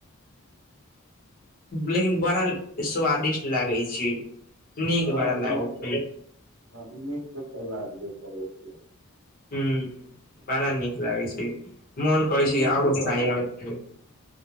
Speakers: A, on the left; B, on the right.
A: लेकिन बड़ा स्वादिष्ट लागै छै नीक
B: हँ
A: बड़ा
B: नीक
A: लागै छै
B: ह नीक त त आदबे करै छै
A: हुँ बड़ा नीक लागय छै मन करै छै
B: मीठो
A: आओर
B: तऽ
A: खाय
B: होकै
A: आओर